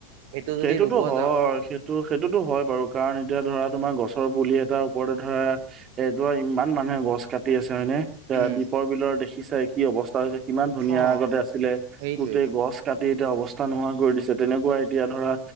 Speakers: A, on the right; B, on the right.
A: সেইটো যদি
B: সেইটোতো
A: ৰুব
B: হয়
A: যাওঁ
B: সেইটো সেইটোতো হয় বাৰু, কাৰণ এতিয়া ধৰা তোমাৰ গছৰ পুলি এটাৰ ওপৰতে ধৰা এদোৰা ইমান মানুহে গছ কাটি আছে! হয় নে, এ
A: উম,
B: দ্বীপৰ বিলৰ দেখিছাই কি অৱস্থা হৈছে। কিমান ধুনীয়া
A: অ',
B: আগতে আছিলে,
A: সেইটোৱে
B: গোতেই গছ কাটি এতিয়া অৱস্থা নোহোৱা কৰি দিছে তেনেকুৱাই! এতিয়া ধৰা